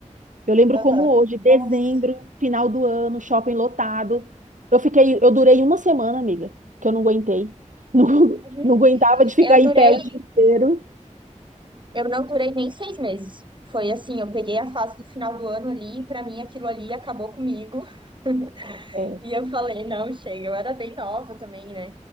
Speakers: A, on the right; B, on the right.
A: Eu lembro
B: aham.
A: como hoje, dezembro,
B: Nossa.
A: final do ano, shopping lotado. Eu fiquei, eu durei uma semana, amiga, que eu não aguentei. <laughs> Não,
B: Uhum.
A: não aguentava de ficar
B: Eu
A: em
B: durei
A: pé o dia inteiro.
B: Eu não durei nem seis meses. Foi assim, eu peguei a fase do final do ano ali, e pra mim aquilo ali acabou comigo. <laughs>
A: É,
B: E eu falei, não, chega, eu era bem nova também, né?